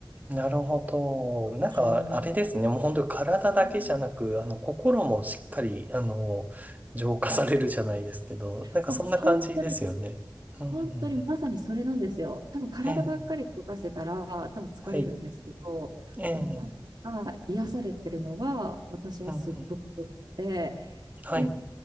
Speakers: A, on the right; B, on the right.
A: なるほど。なんか、
B: はい。
A: あれですね。もう本当に体だけじゃなく、
B: うん
A: あの、心もしっかり、あの、浄化されるじゃないですけど、なんかそんな感じですよね。
B: もう本当に、
A: うん。
B: 本当にまさにそれなんですよ。多分体ばっかり動かしてたら、
A: ええ、
B: 多分疲れるんですけど、
A: はい。ええ、
B: あの、ここが癒されてるのが、私はすっごく良くて、
A: うんうん、はい。
B: で、